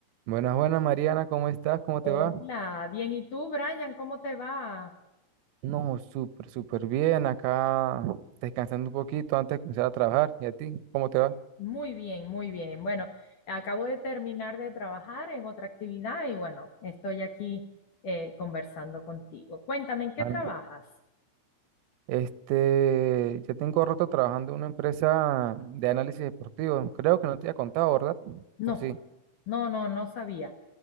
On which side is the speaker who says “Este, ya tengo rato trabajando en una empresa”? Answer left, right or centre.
Right